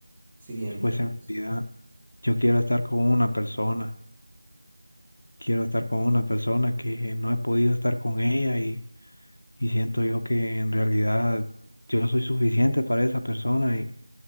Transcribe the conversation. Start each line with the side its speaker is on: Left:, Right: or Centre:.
Right: siguiente.
Left: Después se
Right: que
Left: me
Right: es-
Left: olvida, yo quiero estar con una persona, quiero estar con una persona que no he podido estar con ella y, y siento yo que en realidad yo soy suficiente para esa persona y,